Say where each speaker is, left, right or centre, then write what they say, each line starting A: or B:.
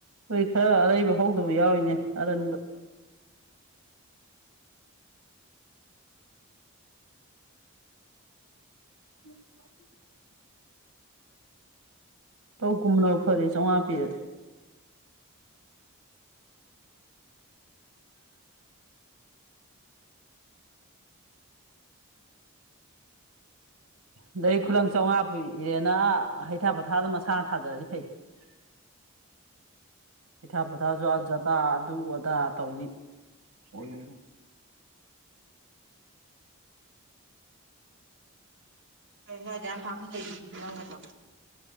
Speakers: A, on the right; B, on the right.
A: ꯍꯣꯏ ꯈꯔ ꯑꯔꯩꯕ ꯍꯧꯗꯕ ꯌꯥꯎꯔꯤꯅꯦ ꯑꯔꯟꯕ <unintelligible> ꯇꯧ ꯀꯨꯝꯅꯕꯧ ꯐꯔ ꯆꯥꯝꯃꯉꯥ ꯄꯤꯔꯦ ꯑꯗꯩ ꯈꯨꯂꯪ ꯆꯧꯉꯥ ꯄꯤꯔꯦꯅ ꯍꯩꯊꯥ ꯄꯣꯠꯊꯥꯗꯨ ꯃꯁꯥꯅ ꯊꯥꯖꯔꯗꯤ ꯐꯩ <unintelligible> ꯍꯩꯊꯥ ꯄꯣꯊꯥꯁꯨ ꯑꯥꯖꯗꯥ ꯑꯗꯨ ꯑꯗꯥ ꯇꯧꯅꯤ ꯍꯣꯏꯔꯣꯡ
B: ꯈꯔꯗꯤ ꯌꯥꯝ ꯄꯥꯈꯠꯂꯛꯔꯤꯗꯨꯔꯪꯒꯗꯣ